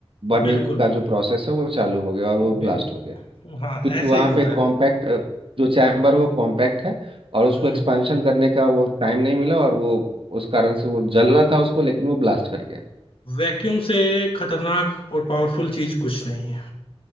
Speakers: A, on the right (about 60°); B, on the left (about 60°).
A: बर्निंग
B: बिल्कुल
A: का
B: बिल्कुल
A: जो प्रोसेस है वो चालू हो गया और वो
B: बिल्कुल
A: ब्लास्ट हो गया
B: हाँ
A: क्योंकि
B: ऐसा
A: वहाँ
B: ही होता
A: पे कॉम्पैक्ट
B: है
A: जो चैम्बर है वो कॉम्पैक्ट है और उसको
B: हम्म,
A: एक्सपेंशन करने का वो टाइम नहीं मिला और वो उस कारण से वो जलना था उसको लेकिन वो ब्लास्ट कर गया
B: वैक्यूम से खतरनाक और पावरफुल चीज कुछ नहीं है